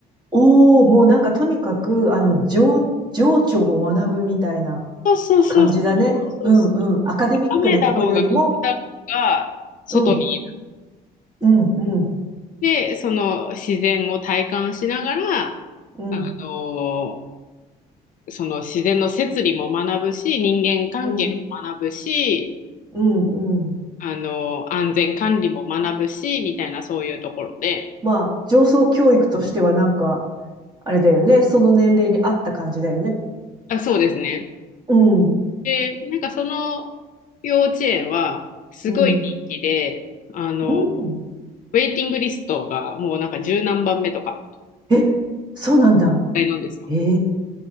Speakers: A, on the right; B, on the left.
A: おお、もうなんかとにかく、あの、情、情緒を学ぶみたいな
B: そうそうそうそうそうそうそう。
A: 感じだね。うんうん。アカデミックなとこよりも、
B: 雨だろうが風だろうが外にいる。
A: うん、うん、うん、
B: で、その自然を体感しながら、
A: うん、
B: あのーその自然の摂理も学ぶし、人間関係も学ぶし、
A: うん、うん、うん。
B: あのー安全管理も学ぶし、みたいなそういうところで、
A: まあ、情操教育としてはなんか、あれだよね。その年齢に合った感じだよね。
B: あ、そうですね。
A: うん、
B: で、なんかその幼稚園はすごい人気で、
A: うん、
B: あの、
A: うん。
B: ウェイティングリストがもうなんか十何番目とか
A: え、そうなんだ。
B: なんですよ。
A: ええ